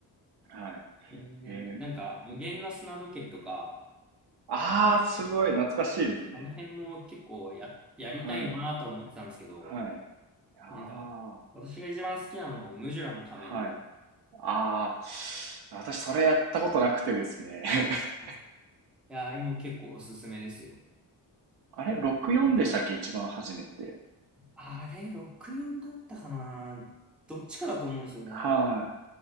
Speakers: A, on the right; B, in the centre.
A: はい。
B: ねなんか、
A: えー
B: 無限の砂時計とか、
A: ああ、すごい懐かしいですね。
B: あの辺も結構や、やりたいなとは思ってたんですけど、
A: はい、はい。あ
B: なんか、私が一番好きなのはムジュラの仮面で。
A: あ、はい。ああ、私それやったことなくてですね。<laughs>
B: あいや、あれも結構おすすめですよ。
A: あれ、64でしたっけ、一番初めて。
B: あれ、64だったかなどっちかだと思うんですよね。
A: はい。